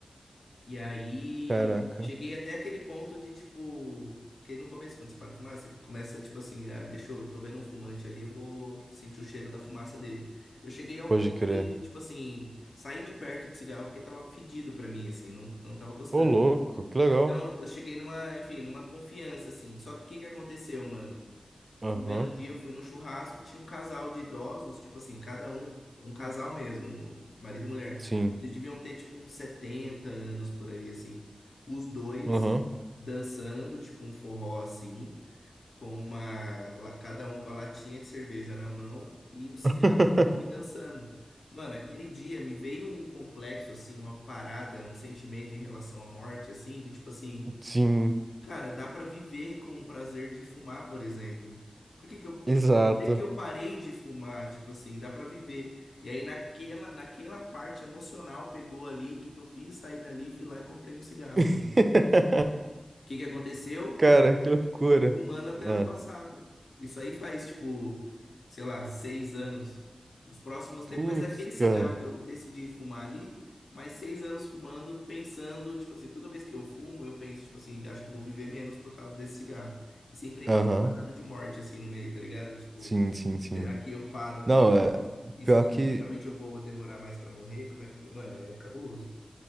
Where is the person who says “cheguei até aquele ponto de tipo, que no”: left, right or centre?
Left